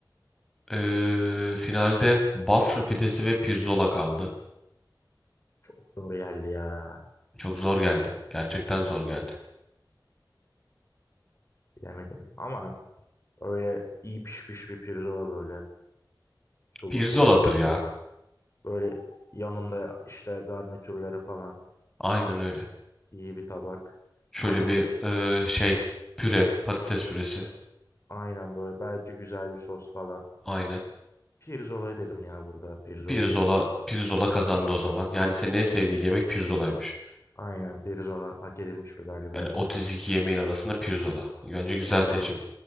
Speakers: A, in the centre; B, on the left (about 35°).
A: Ee, finalde Bafra pidesi ve pirzola kaldı.
B: Çok zor geldi ya.
A: Çok zor geldi. Gerçekten zor geldi.
B: Bilemedim. Ama öyle iyi pişmiş bir pirzola böyle. Sulu
A: Pirzoladır
B: sulu.
A: ya.
B: Böyle yanında işte garnitürleri falan.
A: Aynen öyle.
B: iyi bir tabak.
A: Şöyle
B: Ben burada
A: bir ee, şey püre, patates püresi.
B: aynen böyle belki güzel bir sos falan.
A: Aynen.
B: Pirzola derim ya burada. Pirzolayı
A: Pirzola,
B: seçerim.
A: pirzola kazandı o zaman. Yani senin en sevdiğin yemek pirzolaymış.
B: Aynen pirzola hak edilmiş bir galibiyet
A: Yani 32
B: oldu.
A: yemeğin arasında pirzola. Bence güzel
B: Pirzola.
A: seçim.